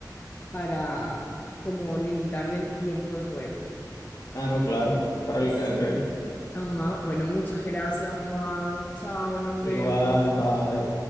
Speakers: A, on the left; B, on the left.
A: para como limitarle el tiempo de juego.
B: Ah, no, claro. Para
A: Sí.
B: el, ok.
A: Ajá. Bueno, muchas gracias, Juan. Chao, nos vemos.
B: Igual, bye.